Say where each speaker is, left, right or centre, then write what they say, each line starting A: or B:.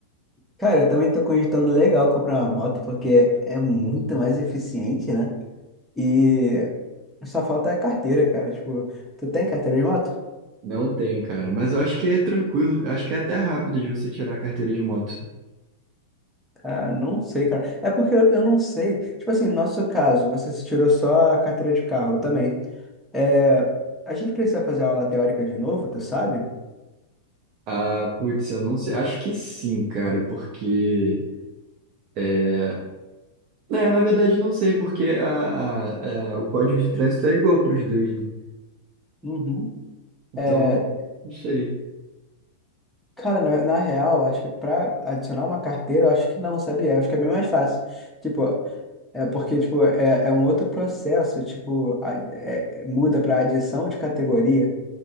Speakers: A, in the centre; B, on the right.
A: Cara, eu também tô cogitando legal comprar uma moto, porque é muito mais eficiente, né? E só falta a carteira, cara. Tipo, tu tem carteira de moto?
B: Não tenho, cara. Mas eu acho que é tranquilo. eu Acho que é até rápido de você tirar a carteira de moto.
A: Ah, não sei, cara. É porque eu, eu não sei. Tipo assim, no nosso caso, você se tirou só a carteira de carro, eu também. É, a gente precisa fazer aula teórica de novo, tu sabe?
B: Ah, putz, eu não sei. Acho que sim, cara, porque. é, É, na verdade, não sei, porque a, a- a- o código de trânsito é igual para os dois, né?
A: Uhum.
B: Então,
A: É,
B: não sei.
A: cara, na, na real, acho que pra adicionar uma carteira, eu acho que não, sabia? Eu acho que é bem mais fácil. Tipo, é porque, tipo, é, é um outro processo, tipo, a- é- muda pra adição de categoria.